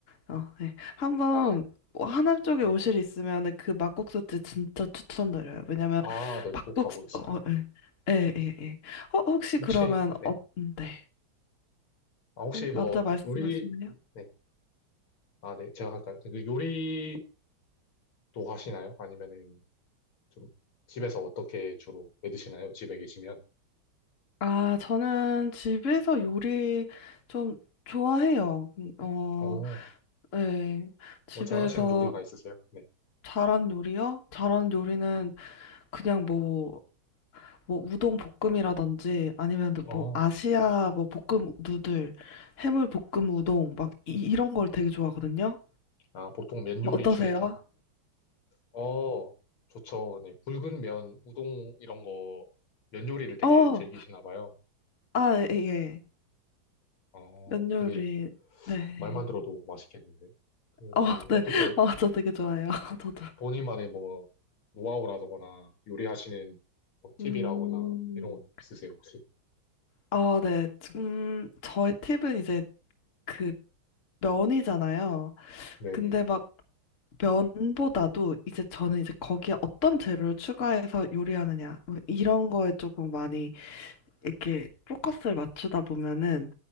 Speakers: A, on the left (about 40°); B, on the left (about 85°).
A: 어, 네. 한번 뭐 하남 쪽에
B: 네.
A: 오실 있으면 그 막국수집 진짜 추천드려요. 왜냐면
B: 아, 네,
A: 막국수
B: 꼭 가보겠습니다.
A: 어, 어, 예, 예, 예. 예. 어, 혹시
B: 혹시
A: 그러면
B: 네.
A: 어, 네.
B: 아, 혹시
A: 음, 먼저
B: 뭐
A: 말씀하시면요.
B: 요리 네. 아, 네. 제가 할까요? 그 요리도 하시나요? 아니면은 좀 집에서 어떻게 주로 해 드시나요? 집에 계시면.
A: 아, 저는 집에서 요리 좀 좋아해요. 음, 어,
B: 어.
A: 예. 집에서
B: 뭐 잘하시는 요리가 있으세요? 네.
A: 잘한 요리요? 잘한 요리는 그냥 뭐 뭐 우동 볶음이라든지 아니면
B: 어.
A: 뭐 아시아 뭐 볶음 누들, 해물 볶음 우동 막 이, 런걸 되게 좋아하거든요.
B: 아, 보통 면
A: 어,
B: 요리
A: 어떠세요?
B: 중에 좀 어, 좋죠. 네, 굵은 면, 우동 이런 거, 면 요리를 되게
A: 어,
B: 즐기시나 봐요.
A: 아, 예, 예.
B: 어,
A: 면 요리,
B: 되게
A: 네.
B: 말만 들어도 맛있겠는데. 그러면
A: 어, 네.
B: 어떻게
A: <laughs> 어, 저 되게 좋아해요. <laughs> 저도.
B: 본인만의 뭐 노하우라거나 요리하시는 뭐 팁이라거나
A: 음,
B: 이런 것 있으세요, 혹시?
A: 어, 네. 음, 저의 팁은 이제 그 면이잖아요.
B: 네네.
A: 근데 막 면보다도 이제 저는 이제 거기에 어떤 재료를 추가해서 요리하느냐 뭐 이런 거에 조금 많이 이렇게 포커스를 맞추다 보면은